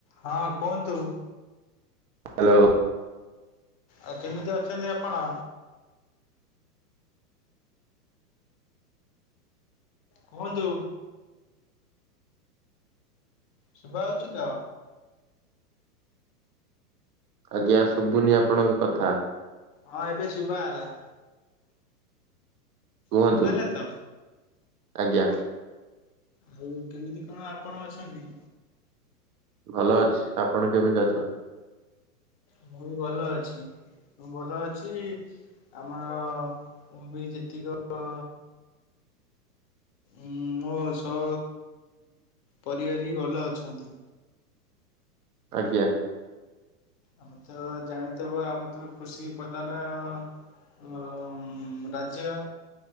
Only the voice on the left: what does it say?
ହଁ କୁହନ୍ତୁ।
ଆଉ କେମିତି ଅଛନ୍ତି ଆପଣ? କୁହନ୍ତୁ। ଶୁଭା <unintelligible> ତ?
ହଁ, ଏବେ ଶୁବା ଗଲା।
ଶୁଭା ଗଲା ତ?
ଆଉ କେମିତି କଣ ଆପଣ ଅଛନ୍ତି?
ମୁଁ ବି ଭଲ ଅଛି। ମୁଁ ଭଲ ଅଛି। ଆମର ମୁଁ ବି ଯେତି <inaudible> କ। ଉଁ ମୋ ସ ପରିବାର ବି ଭଲ ଅଛନ୍ତି।
ଆମେ ତ ଜାଣିଥବା ଆମେ ତ କୁଷି ପ୍ରଧାନ। ଅ ଅ ମ୍ ରାଜ୍ୟ